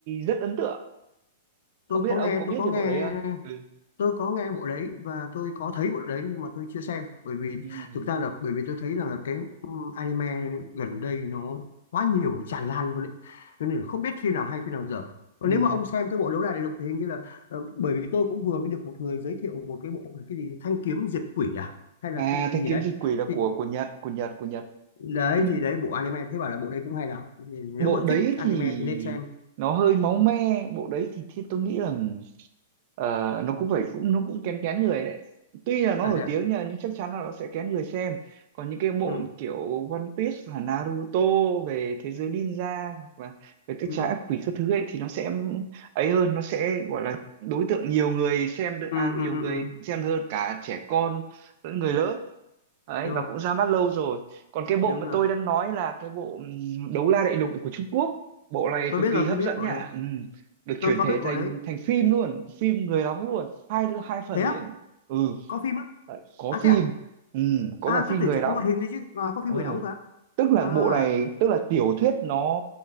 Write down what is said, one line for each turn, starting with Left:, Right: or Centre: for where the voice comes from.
Right: rất ấn tượng. Không
Left: tôi
Right: biết
Left: có nghe
Right: ông có biết
Left: tôi có
Right: về
Left: nghe
Right: bộ đấy không? Ừ.
Left: tôi có nghe bộ đấy và tôi có thấy bộ đấy nhưng mà tôi chưa xem bởi vì
Right: Ừ.
Left: thực ra là bởi vì tôi thấy rằng là cái ừ, anime gần đây nó quá nhiều nó tràn lan luôn đấy cho nên là không biết phim nào hay phim nào dở còn
Right: Ừ.
Left: nếu mà ông xem cái bộ đấu đá đại lục thì hình như là ờ, bởi vì tôi cũng vừa mới được một người giới thiệu một cái bộ là cái gì thanh kiếm diệt quỷ à hay là
Right: À,
Left: cái gì
Right: Thanh kiếm
Left: đấy
Right: diệt quỷ là
Left: thì
Right: của của Nhật, của Nhật, của Nhật.
Left: đấy
Right: Nhưng
Left: thì đấy bộ anime thế bảo là bộ đấy cũng hay lắm thì nếu
Right: bộ
Left: mà
Right: đấy
Left: thích anime
Right: thì
Left: thì nên xem
Right: nó hơi máu me, bộ đấy thì, thì tôi nghĩ là ờ, nó cũng phải cũng nó cũng kén kén người đấy. Tuy là nó
Left: à
Right: nổi
Left: thế à
Right: tiếng nha, nhưng chắc chắn là nó sẽ kén người xem. Còn những cái bộ
Left: ừ
Right: kiểu One Piece hoặc Naruto về thế giới ninja hoặc là về các
Left: ừ
Right: trái ác quỷ các thứ ấy thì nó sẽ ấy hơn, nó sẽ gọi là đối tượng nhiều người xem được
Left: ừ
Right: à nhiều
Left: ừ ừ,
Right: người
Left: ừ.
Right: xem hơn cả trẻ con lẫn người lớn. Đấy
Left: đúng
Right: và
Left: rồi
Right: cũng ra mắt lâu rồi còn cái bộ
Left: đúng
Right: mà
Left: rồi
Right: tôi đang nói là cái bộ ừm, Đấu La Đại Lục của Trung Quốc bộ này
Left: tôi
Right: cực
Left: biết
Right: kỳ
Left: rồi
Right: hấp
Left: tôi biết
Right: dẫn
Left: bộ
Right: nhá
Left: đấy
Right: Ừm, được chuyển
Left: tôi có
Right: thể
Left: biết bộ
Right: thành
Left: đấy
Right: thành phim luôn phim người đóng luôn hai hai phần
Left: thế á
Right: liền ừ
Left: có phim á
Right: đấy, có
Left: à
Right: phim
Left: thế à
Right: Ừm, có
Left: à
Right: cả phim
Left: tôi tưởng
Right: người
Left: chỉ
Right: đóng
Left: có hoạt hình thôi chứ à, có phim
Right: ơi
Left: người đóng cả
Right: tức là
Left: à
Right: bộ này tức là tiểu thuyết nó